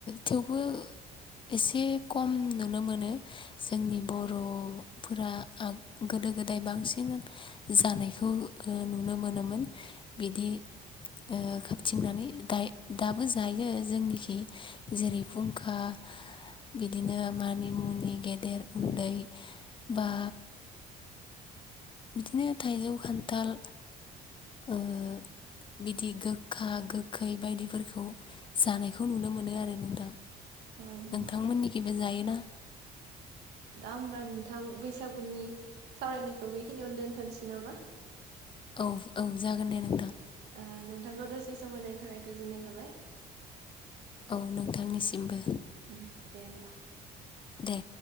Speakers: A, on the left; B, on the right.
A: थेवबो एसे खम नुनो मोनो जोंनि बर'फोरा ओ गोदो गोदाय बांसिन जानायखौ ओ नुनो मोनोमोन बिदि ओ खाबथिंनानै दाइ दाबो जायो जोंनिखि जेरै फुंखा बिदिनो मानि मुनि गेदेर उन्दै
B: औ
A: बा बिदिनो थाइजौ खान्थाल ओ बिदि गोखा गोखै बायदिफोरखौ जानायखौ नुनो मोनो आरो नोंथां नोंथांमोननिखिबो
B: औ नंगौ
A: जायो ना?
B: दा होमबा नोंथां बैसागुनि सावरायनायखौ बेखिनियावनो दोनथसै नामा!
A: औ औ जागोन दे नोंथां।
B: ओ नोंथांखौ दसे समहोनायनि थाखाय गोजोननाय थाबाय।
A: औ नोंथांनिसिमबो।
B: उम दे होमबा।
A: दे।